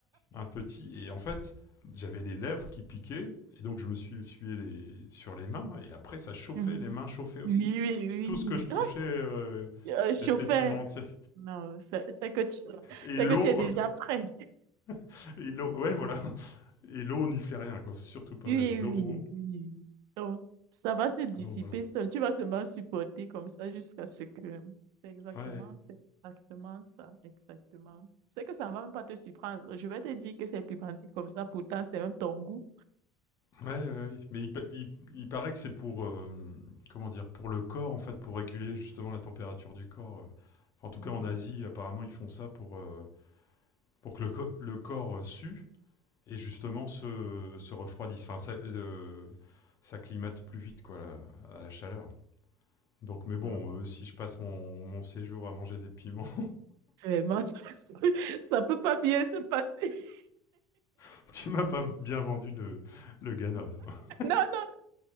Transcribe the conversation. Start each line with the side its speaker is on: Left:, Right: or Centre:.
Left: un petit. Et en fait, j'avais les lèvres qui piquaient, et donc je me suis essuyé les... sur les mains, et après ça chauffait,
Right: mhm.
Left: les mains chauffaient aussi.
Right: Oui, oui,
Left: Tout ce que je touchais
Right: oui.
Left: euh,
Right: Aïe, euh, chauffeur.
Left: était pimenté.
Right: Non, c'est c'est que tu,
Left: Et
Right: c'est
Left: l'eau,
Right: que tu es déjà prêt.
Left: <laughs> et l'eau, ouais voilà. Et l'eau n'y fait rien, quoi. Faut surtout pas
Right: Oui,
Left: mettre d'eau.
Right: oui, oui. Donc, ça va se dissiper
Left: Donc voilà.
Right: seul. Tu vas seulement supporter comme ça jusqu'à ce que... C'est exactement,
Left: Ouais.
Right: c'est exactement ça, exactement. C'est que ça ne va même pas te surprendre. Je vais te dire que c'est pimenté comme ça, pourtant, c'est même ton goût.
Left: Ouais, ouais, ouais. mais il, pa- il- il paraît que c'est pour euh, comment dire pour le corps en fait pour réguler justement la température du corps. euh. Enfin, en tout cas
Right: Mhm.
Left: en Asie apparemment ils font ça pour euh, pour que le, co- le corps euh, sue et justement se, se refroidisse. Enfin ça euh, s'acclimate plus vite quoi la- à la chaleur. Donc mais bon
Right: Ah,
Left: euh, si je passe mon, mon séjour à manger des piments,
Right: Vraiment, <laughs> ça ne peut pas bien se passer. <laughs>
Left: <laughs> tu m'as pas bien vendu le le Ghana là. <laughs>
Right: Non, non.